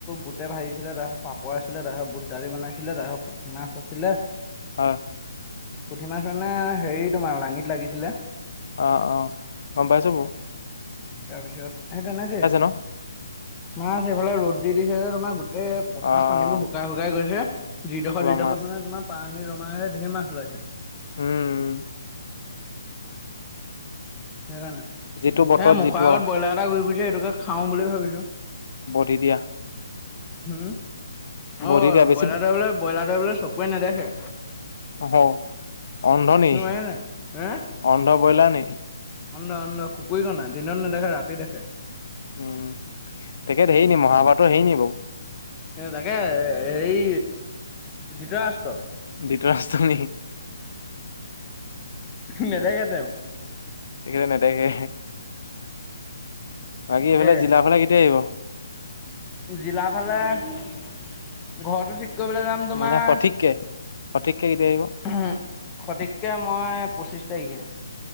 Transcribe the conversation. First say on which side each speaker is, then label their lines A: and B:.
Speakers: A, on the left; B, on the left.
A: বুটে ভাজিছিলে। তাপাছত পাপৰ আছিলে তাপাছত বুট দালি বনাইছিলে। পুঠি মাছ আছিলে।
B: হয়
A: পুঠিমাছৰ নে হেৰি তোমাৰ লাঙিত লাগিছিলে।
B: অ অ গম পাইছোঁ বো।
A: তাৰপিছত সে তেনেকে।
B: ন
A: মাছ এইফালে ৰ'দ দি দিছে যে তোমাৰ গো তে পথাৰত
B: অ',
A: পানীবোৰ শুকাই শুকাই গৈছে। যিডখ
B: পুৰা
A: যিডখত
B: মাছ
A: মানে তোমাৰ পা পানী ৰমা এ ধেৰ মাছ ওলাইছে।
B: উম উম।
A: সেইকাৰণে,
B: যিটো বতৰত
A: এয়া মুখৰ
B: যিটো
A: আগত
B: আৰু
A: ব্ৰইলা এটা ঘুৰি ফুৰিছে সেইটোকে খাও বুলি ভাবিছো।
B: বধি দিয়া।
A: হম। অ
B: বধি দিয়া বেছি
A: বইলা দৰে বোলে বইলা দৰে বোলে চকুৱে নেদেখে।
B: অহ অন্ধ নি?
A: নোৱাৰে নাই হে
B: অন্ধ বইলা নি?
A: অন্ধ অন্ধ খুকুই কণা। দিনত নেদেখে ৰাতি দেখে।
B: উম তেখেত সেই নি মহাভাৰতৰ সেই নি বাও।
A: এ তাকে এ সেই ধিত ৰাষ্ট্ৰ।
B: ধৃতৰাষ্ট্ৰ নি
A: মেজাই ঘাট যাও
B: সেকিতা নেদেকে। বাকী
A: তাকে
B: এইফালে জিলা ফালে কেতিয়া আহিব?
A: জিলা ফালে ঘৰতো ঠিক কৰিবলৈ যাম তোমাৰ
B: মানে সঠিককে সঠিককে কেতিয়া আহিব
A: উ সঠিক কে মই পঁচিছ তাৰিখে।